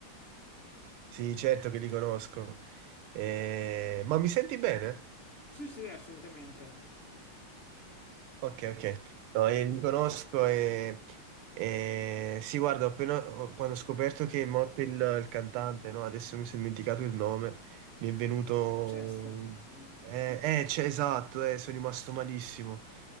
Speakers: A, on the right; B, on the left.
A: sì, certo che li conosco. Eh, ma mi senti bene?
B: Sì, sì, assolutamente.
A: Ok, ok. No, eh, li conosco e, e- sì, guarda, ho appena, ho- quando ho scoperto che è morto il, il cantante, no? Adesso mi sono dimenticato il nome, mi è venuto...
B: Chester. Mm.
A: Eh, eh, c'è- esatto, eh, sono rimasto malissimo.